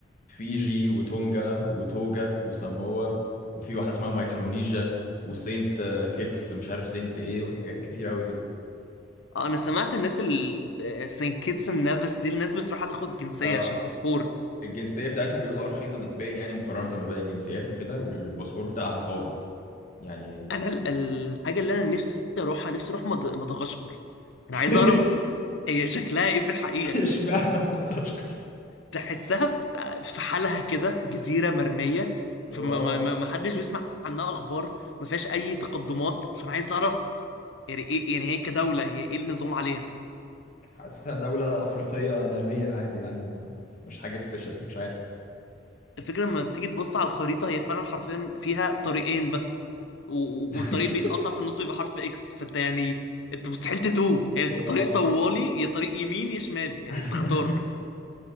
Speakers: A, on the left; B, on the left.
A: فيجي وتونجا وتوجا وساموا وفي واحدة اسمها مايكرونيجيا وسينت كيتس ومش عارف سينت ايه وحاجات كتير قوي كده
B: آه، انا سمعت الناس ال سين كيتس اند نيفس دي الناس بتروح تاخد جنسيه
A: اه
B: عشان الباسبور
A: الجنسية بتاعتها بيقولوا اه رخيصة نسبيا يعني مقارنة بباقي الجنسيات وكده والباسبور بتاعها قوي يعني
B: انا ال- الحاجه اللي انا نفسي اروحها نفسي اروح مد- مدغشقر انا
A: <laughs>
B: عايز اعرف هي شكلها ايه في الحقيقه
A: اشمعنى مدغشقر
B: تحسها في في حالها كده جزيره مرميه فما
A: هو اه
B: ما ما- ما حدش بيسمع عنها اخبار ما فيهاش اي تقدمات فانا عايز اعرف يعني ايه يعني هي كدوله هي ايه النظام عليها
A: حاسسها دولة أفريقية نامية عادي يعني ما مش حاجة سبيشال مش عارف
B: الفكرة لما تيجي تبص على الخريطة هي فعلا حرفيا فيها طريقين بس و... و-
A: <laughs>
B: والطريق بيتقطع في النص بيبقى حرف اكس فانت يعني انت مستحيل تتوه يعني
A: هو
B: انت طريق
A: اه
B: طوالي يا طريق يمين يا شمال يعني
A: <laughs>
B: انت اختار